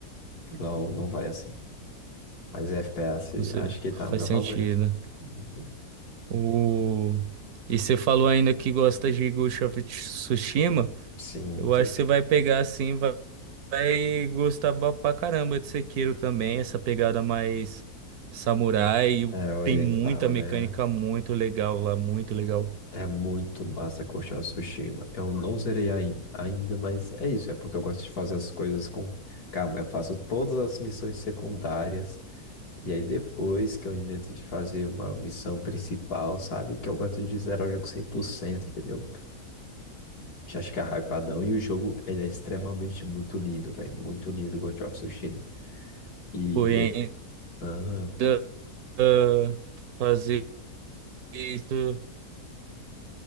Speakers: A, on the left; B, on the right.
A: LOL não vai assim. Mas FPS
B: Com cer-
A: acho que
B: Faz
A: tá o meu
B: sentido.
A: favorito. Uhum.
B: O... E você falou ainda que gosta de Ghost of Tsushima.
A: Sim,
B: Eu
A: tô
B: acho
A: de-
B: que você vai pegar assim, e vai vai gostar ba- pra caramba de Sekiro também. Essa pegada mais samurai. E o-
A: é oriental,
B: Tem muita mecânica
A: né?
B: muito legal lá, muito legal.
A: É muito massa Ghost of Tsushima. Eu não zerei ai- ainda, mas é isso. É porque eu gosto de fazer as coisas com calma. Eu faço todas as missões secundárias. E aí depois que eu invento de fazer uma missão principal, sabe? Que eu gosto de zerar o jogo 100%, entendeu? Já fica hypadão. E o jogo, ele é extremamente muito lindo, velho. Muito lindo, Ghost of Tsushima. E...
B: Porém,
A: é- Ah,
B: ainda ah, fazer isso